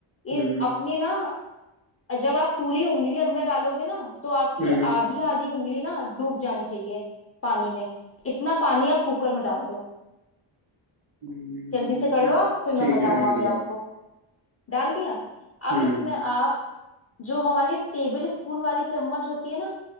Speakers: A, on the right; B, on the left.
A: हम्म
B: इस
A: हम्म
B: अपनी ना जब आप पूरी उंगली अंदर डालोगे ना तो आपकी
A: हम्म
B: आधी आधी उंगली ना डूब जानी चाहिए पानी में इतना पानी आप कुकर में डाल दो
A: हम्म,
B: जल्दी से कर लो आप फिर मैं
A: ठीक
B: बताऊं
A: है डाल
B: आगे
A: दिया
B: आपको डाल दिया अब
A: हम्म
B: इसमें आप जो हमारी टेबल स्पून वाली चम्मच होती है ना